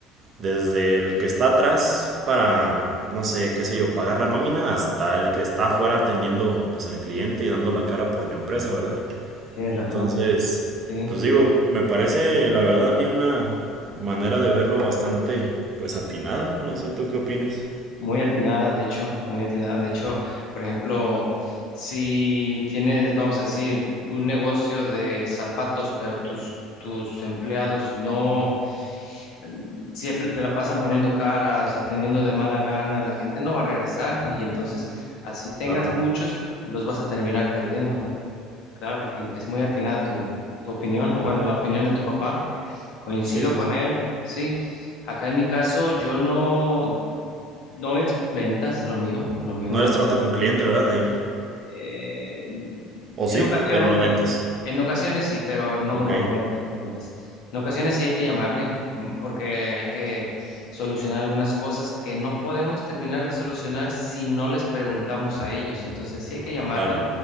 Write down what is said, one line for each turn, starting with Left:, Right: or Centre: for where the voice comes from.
Right: desde el que está atrás para, no sé, qué sé yo, pagar la nómina, hasta el que está afuera atendiendo pues al cliente y dando la cara por la empresa, ¿verdad?
Left: Tienes razón,
Right: Entonces,
Left: sí.
Right: pues digo, me parece la verdad a mí una manera de verlo bastante pues atinada. No sé tú qué opines.
Left: Muy atinada, de hecho, muy atinada. De hecho, por ejemplo, si tienes, vamos a decir, un negocio de zapatos, pero tus, tus empleados no mm, siempre se la pasan poniendo caras, atendiendo de mala gana, la gente no va a regresar y entonces, así tengas
Right: Claro.
Left: muchos, los vas a terminar perdiendo. Claro que sí, es muy atinada tu, tu opinión, o bueno, la opinión de tu papá. Coincido
Right: Sí, sí,
Left: con
Right: sí.
Left: él, sí. Acá en mi caso, yo no no es ventas lo mío, lo mío
Right: No eres
Left: es
Right: trato con cliente, ¿verdad? Ahí.
Left: eh,
Right: O
Left: en
Right: sí,
Left: ocasiones
Right: pero no
Left: sí,
Right: ventas.
Left: en ocasiones sí, pero no,
Right: Ok,
Left: no, no ventas, no ventas. En ocasiones sí hay que llamarle mm, porque hay que solucionar algunas cosas que no podemos terminar de solucionar si no les preguntamos a ellos. Entonces sí hay que llamarles,
Right: claro.